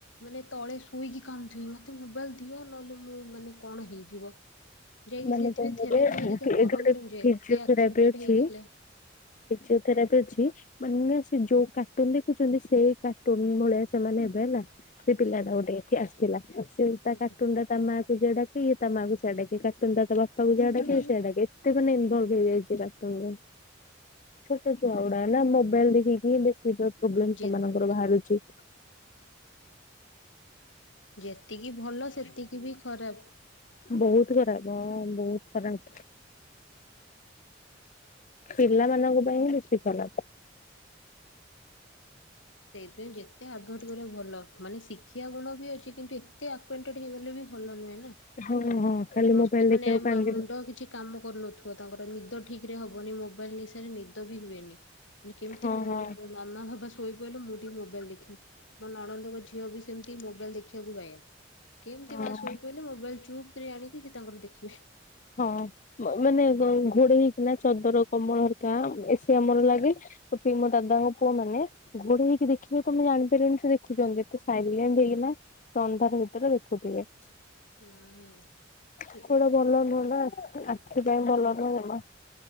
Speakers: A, on the left; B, on the left.
A: ମାନେ ତଳେ ଶୋଇକି କାନ୍ଦୁଥିବେ ମା ମୋବାଇଲ ଦିଅ ନହେଲେ ମୁଁ ମାନେ କଣ ହେଇଯିବ? ଯାଇକି
B: ମାନେ
A: ସେଥିପାଇଁ
B: କଣ
A: ଥେରାପି
B: କହିଲେ
A: ହେରିକା
B: ଏଇଠି
A: କରୋଉଚଲନ୍ତି
B: ଗୋଟେ
A: ଯେ ଏତେ
B: ଫିଜିଓଥେରାପି
A: ଆକ୍ଵାଣ୍ଟେଡ୍
B: ଅଛି
A: ହେଇଗଲେ।
B: ଫିଜିଓଥେରାପି ଅଛି। ମାନେ ସେ ଯୋଉ କାର୍ଟୁନ ଦେଖୁଛନ୍ତି ସେଇ କାର୍ଟୁନ ଭଳିଆ ସେମାନେ ହେବେ ହେଲା। ସେ
A: ହୁଁ
B: ପିଲା ଟା ଗୋଟେ ଏଠି ଆସିଥିଲା ସେ
A: ହୁଁ
B: ତା କାଟୁନ୍ ଟା ତା ମାକୁ ଯା ଡ଼ାକି ତା ମା ସେଇଟା କି କାର୍ଟୁନକୁ ବାପାକୁ
A: ହୁଁ।
B: ଯା ଡାକେ଼ କି ସେଇଟା ଏତେ ମାନେ ଇନଭଲବ୍ ହେଇଯାଇଛି କାଟୁନରେ ଛୋଟ ଛୁଆଗୁଡା଼ ନା ମୋବାଇଲ ଦେଖିକି ବେଶି ତ ପ୍ରୋବ୍ଲେମ
A: ଯେ
B: ସେମାନଙ୍କ ମୋର ବାହାରୁଛି।
A: ଯେତିକି ଭଲ ସେତିକି ବି ଖରାପ୍।
B: ବହୁତ ଖରାପ ହଁ ବହୁତ ଖରାପ। ପିଲାମାନଙ୍କ ପାଇଁ ହିଁ ବେଶୀ ଖରାପ୍।
A: ସେଇଥିପାଇଁ ଯେତେ ଆଭଏଟ କରିବ ଭଲ, ମାନେ ଶିଖୀବା ଗୁଣ ବି ଅଛି କିନ୍ତୁ ଏ ଏତେ ଆକ୍ୱେଣ୍ଟେଡ୍ ହେଇଗଲେ ବି ଭଲ ନୁହେଁ ନା।
B: ହଁ ହଁ ଖାଲି
A: ମସ୍ତି
B: ମୋବାଇଲ
A: ମାନେ
B: ଦେଖିବାକୁ କାନ୍ଦିବେ।
A: ମୁଣ୍ଡ କିଛି କାମ କରୁନଥିବ ତାଙ୍କର ନିଦ ଠିକ୍ ଠିକରେ ହବନି ମୋବାଇଲ ନିଶାରେ ନିଦ ବି ହୁଏନି ମାନେ କେମିତି
B: ହଁ
A: ମାମା
B: ହଁ
A: ବାବା ଶୋଇ ମୁଁ ଟିକେ ମୋବାଇଲ ଦେଖିବି, ମୋ ନଣନ୍ଦଙ୍କ ଝିଅ ବି ସେମିତି ମୋବାଇଲ ଦେଖିବାକୁ ବାୟା। କେମତି
B: ହଁ
A: ମା
B: ହଁ।
A: ଶୋଇ ପଇଲେ ମୋବାଇଲ ଚୁପ୍ କିରି ଆଣିକି ସେ ତାଙ୍କର ଦେଖିବେ।
B: ହଁ ମାନେ ଘୋଡେ଼ଇ ହେଇକିନା ଚଦର କମଳ ହେରିକା ଏ ସି ଆମର ଲାଗେ। ତ ପି ମୋ‌ ଦାଦାଙ୍କ ପୁଅମାନେ ଘୋଡ଼େହେଇକି ଦେଖିବେ ତମେ ଜାଣିପାରିବନି ସେ ଦେଖୁଛନ୍ତି, ଏତେ ସାଇଲେଣ୍ଟ ହେଇକି ନା ସେ ଅନ୍ଧାର ଭିତରେ ଦେଖୁଥିବେ।
A: ହୁଁ ହୁଁ ଫିରି।
B: ସେଗୁଡା ଭଲ ନୁହଁ ନା ଆଖି ପାଇଁ ଭଲ ନୁହଁ ଜମା।